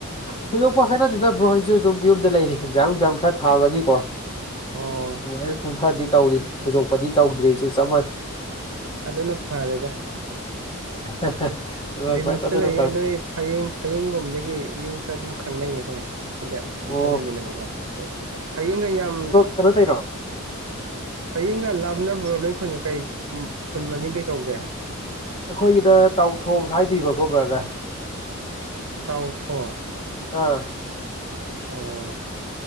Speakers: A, on the left (about 25°); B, on the right (about 60°).
A: ꯍ ꯂꯣꯛ ꯄꯈꯦꯅ ꯣ ꯍꯁ ꯌ ꯑ ꯂꯩꯔꯤ ꯑꯦꯛꯖꯥꯥꯡ ꯅꯨꯡꯖꯝ ꯈꯔ ꯊꯥꯕꯒꯤꯀꯣ
B: ꯑꯣ
A: ꯑꯗꯨꯃꯥꯏꯅ ꯁꯨꯝ ꯈꯔꯗꯤ ꯇꯧꯔꯤ ꯊꯣꯏꯗꯣꯛꯄꯗꯤ ꯇꯧꯗ꯭ꯔꯤ ꯑꯩꯁꯨ ꯆꯞ
B: ꯑꯗꯨꯅ ꯐꯔꯦꯗ
A: ꯃꯥꯟꯅꯩ
B: ꯔꯤꯝꯁꯇ
A: ꯚꯥꯏ ꯑꯗꯨꯅ
B: ꯂꯩꯌꯦ
A: ꯐꯔꯦ
B: ꯑꯣꯏ ꯐꯌꯦꯡ ꯐꯌꯦꯡ ꯂꯣꯝꯗꯒꯤ ꯃꯤ ꯈꯔ ꯑꯗꯨꯝ ꯈꯪꯅ ꯌꯦ ꯑꯩꯈꯣꯏ ꯁꯤꯗ ꯁꯨꯝ
A: ꯑꯣ
B: ꯆꯠꯂꯃꯤꯕꯀꯣ ꯐꯌꯦꯡꯒ ꯌꯥꯝ
A: ꯆꯠ ꯇꯩꯔꯣ
B: ꯍꯌꯦꯡꯒ ꯂꯥꯞꯅ ꯕꯣꯔꯣꯂꯣꯏ ꯈꯨꯟꯒ ꯀꯩ ꯈꯨꯟ ꯃꯃꯤꯡ ꯀꯩ ꯀꯧꯒꯦ
A: ꯑꯩꯈꯣꯏꯒꯤꯗ ꯇꯥꯎꯊꯣꯛ ꯍꯥꯏꯗꯣꯏꯔꯤꯕꯀꯣꯕ꯭ꯔꯥꯅ
B: ꯇꯧꯊꯣ
A: ꯑꯥ
B: ꯑꯣ